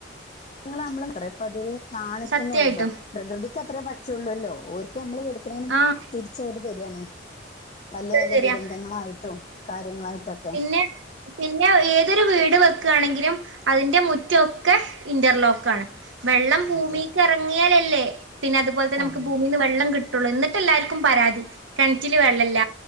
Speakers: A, on the left (about 35°); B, on the right (about 80°).
A: ഇങ്ങള് നമ്മൾപ്പ അതി കാണിക്കുന്നുള്ളു
B: സത്യായിട്ടും
A: പ്രകൃതിക്ക് അത്രയേ പറ്റുള്ളൂല്ലോ നമ്മള് എടുക്കുന്നേനും
B: ആഹ്
A: തിരിച്ചവര് തരിയാണ് വലിയ വലിയ
B: ശരിയാ
A: ദുരന്തങ്ങളായിട്ടും കാര്യങ്ങളായിട്ടൊക്കെ
B: പിന്നെ പിന്നെ ഏതൊരു വീട് വെക്കയാണെങ്കിലും അതിന്റെ മുറ്റൊക്കെ ഇന്റർലോക്ക് ആണ് വെള്ളം ഭൂമിക്ക്
A: അതെ
B: ഇറങ്ങിയാലല്ലേ പിന്നെ അതുപോലെ നമുക്ക്
A: ആ
B: ഭൂമീൽന്ന് വെള്ളം കിട്ടുള്ളൂിട്ട എന്നിഎല്ലാവർക്കും പരാതികിണറ്റില് വെള്ളല്ല